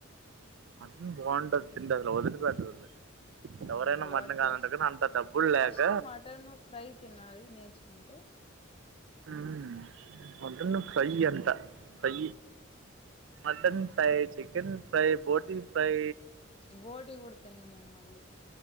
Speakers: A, on the right; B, on the left.
A: మటన్ బాగుంటది తింటే అసలు వదిలిపెట్టరు దాన్ని
B: ఉమ్
A: ఎవరైనా
B: అలవాటు
A: మటన్ కాదంటే
B: చేసుకో
A: గినా అంతా డబ్బులు లేక
B: ఫస్ట్ మటన్ ఫ్రై తినాలి నేర్చుకుంటే
A: ఉమ్మ్ మటను ఫ్రై ఎంత fry mutton fry chicken fry బోటి ఫ్రై
B: బోటి కుడా తినను నేను మళ్ళీ